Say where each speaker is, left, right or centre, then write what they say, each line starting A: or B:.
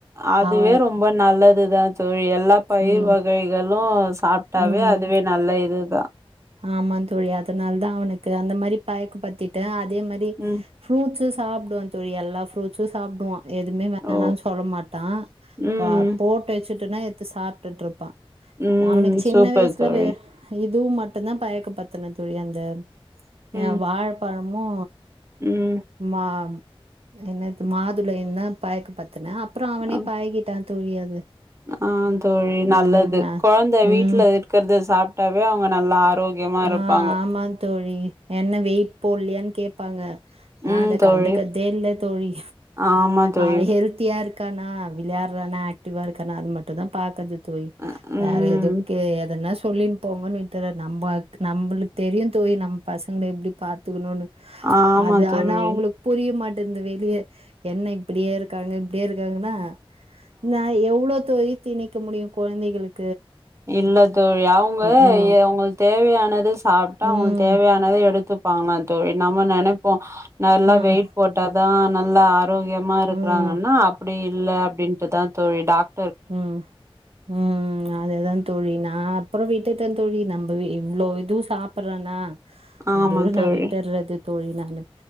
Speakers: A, on the right (about 30°); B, on the right (about 80°).
A: அதுவே
B: அவ
A: ரொம்ப நல்லதுதா தோழி எல்லா பயிர்
B: ம்
A: வ கைகளு சாப்ட்டாவே
B: ம்
A: அதுவே நல்ல இது வ
B: ஆமா தோழி அதனால தா அவனுக்கு அந்த மாரி பயக்க படுத்திட்ட அ அதே மாரி
A: ம்.
B: ஃப்ரூட்ஸ் ஜூஸ் சாப்டுவா தோழி எல்லா ஃப்ரூட்சும் சாப்டுவா எதுமே வேணான்
A: ஓ!
B: சொல்ல மாட்டா
A: ம்,
B: வ போட்டு வச் ட்டுடனா எத்து சாப்ட்டுட்டு இருப்பா
A: ம்.
B: அவனுக்கு சின்ன
A: சூப்பர்
B: வயசுல
A: தோழி.
B: வே இது இது மட் ட்டு்தா பயக்க பத்தின தோழி அந்த
A: ம்,
B: ஆ வாழபழம் மோ
A: ம்.
B: மாம் என்னது மாதுளயுதா பயக்க பத்தன ப்ற அவனே
A: ஆ.
B: பயகிட்டா தோழி அது
A: ஆ தோழி நல்லது
B: ம்
A: கொழந்த வீட்ல
B: ம்
A: இருக்கறது சாப்ட்டாவே அவு ங்க நல்லா ஆரோக்கியமா இருப்பாங்க
B: ஆ ஆமா தோழி என்ன வெயிட் போலயான்னு கேப் பாங்க நா
A: ம்
B: அத
A: தோழி
B: கண்டுக்கதே இல்ல தோழி
A: ஆமா தோழி
B: அவ ஹெல்த்தியா இருக் கானா விளையாடறானா ஆக்டிவா இருக்கானா அது மட்டும் தான் பாக்கது தோழி
A: அ ம்
B: வேற எதுக்கே எதனா சொல்லின் போங்கன் விட்டறது நம்ப கு நம்பளுக்கு தெரியும் தோழி நம்ம பசங்கள எப்டி பாத்துக்குணும்னு
A: ஆமா
B: அது
A: தோழி
B: ஆனா அவுங்களுக்கு புரிய மாட் டேந்து வெளிய என்ன இப்டியே இருக்காங்க இப்டியே இருக்காங்கன்னா நா எவ்ளோ தோழி திணிக் க்க முடியும் கொழந்தைகளுக்
A: இல்ல தோழி அவுங்க
B: ம்
A: ஏ அவுங்களுக்கு தேவையானது சாப்ட்டா
B: ம்
A: அவுங்களுக்கு தேவையானத எடுத்து ப்பாங்க தோழி நம்ம நெனப்போம் நல்லா வெயிட்
B: ம்
A: போட்டா தான் நல்லா ஆ ரோக்கியமா இருக்கறாங்கன்னா
B: ம்
A: அப்டி இல்ல அப்டின்ட்டுதான் தோழி டாக்
B: ம் ம் ம் அதேதா தோழி நான் அப்பறம் விட்டுட்டே தோழி நம்பவே இவ்ளோ இது சாப்பறானா
A: ஆமா
B: அதோட நா
A: தோழி
B: விட்டறது தோழி நானு